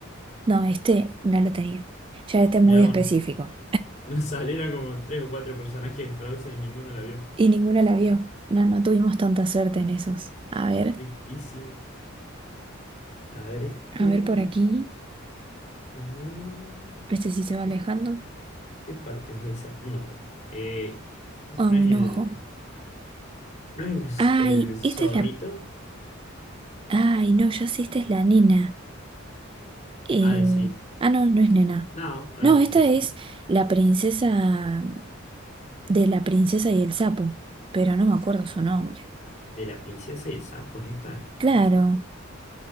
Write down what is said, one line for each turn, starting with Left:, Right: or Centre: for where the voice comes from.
Right: No, este no lo tenía. Ya este es
Left: Mirá
Right: muy
Left: vos,
Right: específico.
Left: Nos salieron como tres o cuatro personajes de Frozen y ninguno la vio.
Right: Y ninguno la vio. No, no tuvimos tanta suerte en esos. A ver,
Left: Tristísimo. A ver, este.
Right: a ver por aquí.
Left: em,
Right: Este sí se va alejando.
Left: ¿Qué, qué parte es esa? Un ojo. Eh, esto
Right: Ah,
Left: no
Right: un
Left: es el.
Right: ojo.
Left: ¿No es
Right: Ay,
Left: el, el zorrito?
Right: esta es la... Ay, no, ya sé, esta es la nena. Eh,
Left: Ah, sí.
Right: ah, no, no es nena.
Left: No, una
Right: No,
Left: princesa.
Right: esta es la princesa de la princesa y el sapo, pero no me acuerdo su nombre.
Left: De la princesa y el sapo es esta.
Right: Claro,